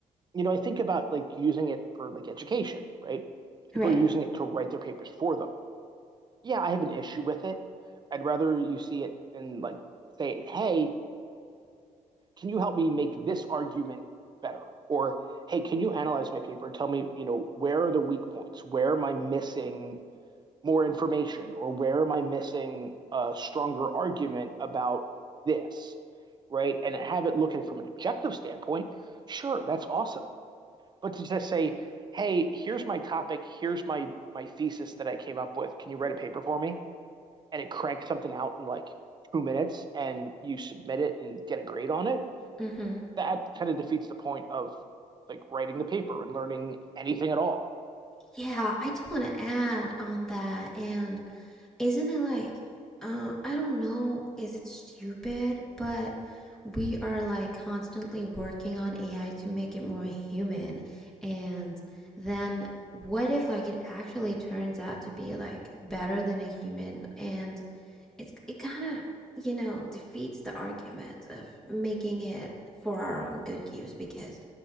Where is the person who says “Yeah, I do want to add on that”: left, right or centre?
Centre